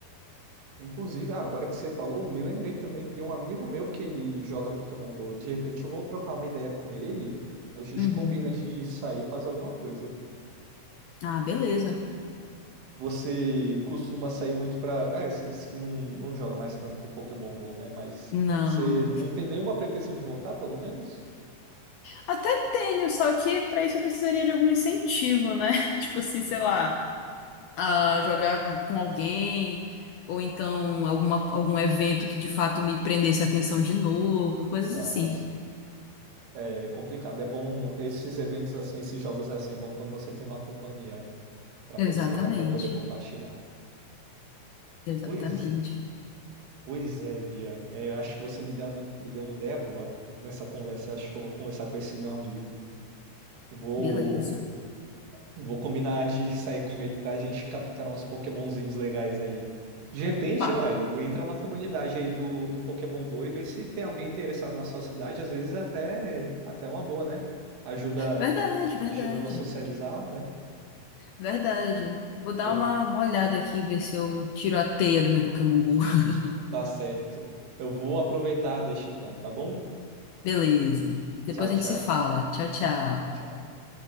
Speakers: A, on the right (about 90°); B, on the left (about 75°).
A: Inclusive, ah, agora que você falou, me lembrei também, tem um amigo meu que ele joga Pokémon Go. De repente eu vou trocar uma ideia com ele, a gente
B: Uhum.
A: combina de sair e fazer alguma coisa.
B: Ah, beleza.
A: Você costuma sair muito pra. Ah, é, você disse que não, não joga mais tanto Pokémon Go, né? Mas
B: Não.
A: você não tem nenhuma pretensão de voltar, pelo menos?
B: Até tenho, só que para isso eu precisaria de algum incentivo, né? <laughs> Tipo assim, sei
A: <laughs>
B: lá. a jogar com alguém, ou então alguma, algum evento que de fato me prendesse a atenção de novo, coisas
A: Ah,
B: assim.
A: sim. É complicado. É bom esses eventos assim, esses jogos assim, é bom quando você tem uma companhia para
B: Exatamente,
A: poder jogar, para poder compartilhar.
B: exatamente.
A: Pois é. Pois é, Bia. É, eu acho que você me deu uma, me deu uma ideia boa nessa conversa. Eu Acho que eu vou conversar com esse meu amigo. Vou,
B: Beleza.
A: vou combinar de sair com ele para a gente capturar uns Pokémonzinhos legais aí. De repente,
B: Opa,
A: ué, entra na comunidade aí do, do Pokémon Go e vê se tem alguém interessado na sua cidade. Às vezes até até uma boa, né? Ajuda
B: verdade, verdade,
A: ajuda a nós socializar, né?
B: verdade. Vou dar
A: Bom,
B: uma, uma olhada aqui, ver se eu tiro a teia do meu Pokémon Go.
A: <laughs>
B: <laughs>
A: tá certo. Eu vou aproveitar, deixa então, tá bom?
B: Beleza. Depois
A: Tchau,
B: a
A: tchau.
B: gente se fala. Tchau, tchau.
A: Tá bom, Tchau, tchau.